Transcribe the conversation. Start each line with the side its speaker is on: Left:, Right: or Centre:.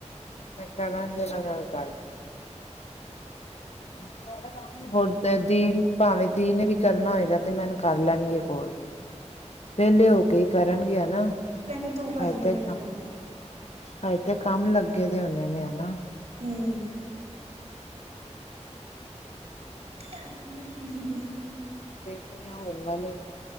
Left: ਮੈਂ ਕਰਾਂਗੀ ਓਨਾ ਨਾਲ ਗੱਲ। <inaudible> ਹੁਣ ਦੀ ਭਾਵੇਂ ਦੀ ਨੇ ਵੀ ਕਰਨਾ ਹੋਏਗਾ ਤੇ ਮੈਨੂੰ ਕਰ ਲੈਣੀਗੇ ਕੋਲ। ਵੇਲੇ ਹੋ ਕੇ ਈ ਕਰਨਗੇ ਹਨਾ।
Right: ਓ ਕੇਂਦੇ ਤੂੰ ਕਰ
Left: ਹਜੇ
Right: ਲਈ
Left: ਤੇ
Right: ਮੇਰੇ ਫੋਨ ਚੋਂ।
Left: ਹਜੇ ਤੇ ਕੰਮ ਲੱਗੇ ਦੇ ਹੋਣੇ ਨੇ ਹਨਾ।
Right: ਹੂ,,, <unintelligible>
Left: ਦੇਖ ਰਹੇ ਹਾਂ ਹੋਣ ਵਾਲੇ ਨੇ।